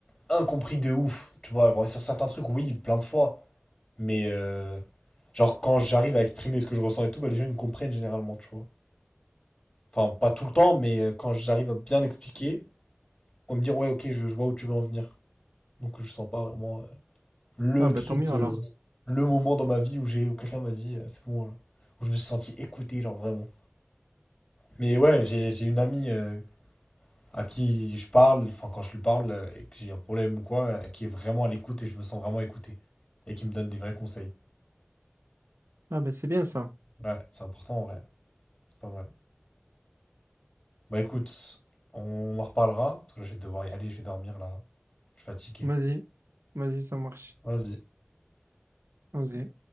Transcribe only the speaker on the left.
incompris de ouf. Tu vois, Ouais, sur certains trucs, oui, plein de fois. Mais, euh, genre, quand j'arrive à exprimer ce que je ressens et tout, bah, les gens, ils me comprennent généralement, tu vois. Enfin, pas tout le temps, mais euh, quand j'arrive à bien expliquer, on va me dire, ouais, ok, je, je vois où tu veux en venir. Donc, je sens pas vraiment euh, le
truc,
euh,
le moment dans ma vie où j'ai, où quelqu'un m'a dit, euh, c'est bon, là. où je me suis senti écouté, genre, vraiment. Mais ouais, j'ai, j'ai une amie euh, à qui je parle, enfin quand je lui parle euh, et que j'ai un problème ou quoi, euh, qui est vraiment à l'écoute et je me sens vraiment écouté et qui me donne des vrais conseils.
Ouais, c'est important en vrai, c'est pas mal. Bah écoute, on en reparlera, parce que là je vais devoir y aller, je vais dormir là, je suis fatigué.
Vas-y.